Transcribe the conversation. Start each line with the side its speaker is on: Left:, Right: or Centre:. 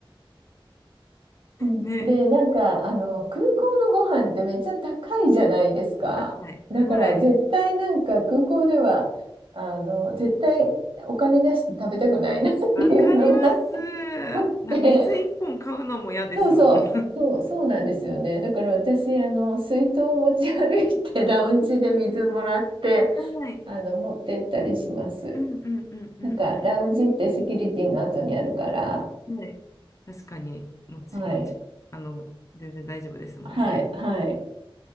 Right: うん、
Left: ね。
Right: で、なんか、あの、空港のご飯ってめっちゃ高いじゃないですか。
Left: はい。
Right: だから、
Left: はい。
Right: 絶対なんか空港では、あの、絶対お金出して食べたくないなっていうのがあっ
Left: わかります。な水一本買うのも嫌ですもん。
Right: て、そうそう、そう、そうなんですよね。だから私、あの、水筒を持ち歩いて、ラウンジで水もらって、
Left: <laughs> はい。
Right: あの、持ってったりします。
Left: うんうんうんうんう
Right: なんか、ラウンジってセキュリティの後にあるから、
Left: ん。はい。確かに、もち、
Right: はい、
Left: もち、あの、全然大丈夫ですもんね。
Right: はい、はい。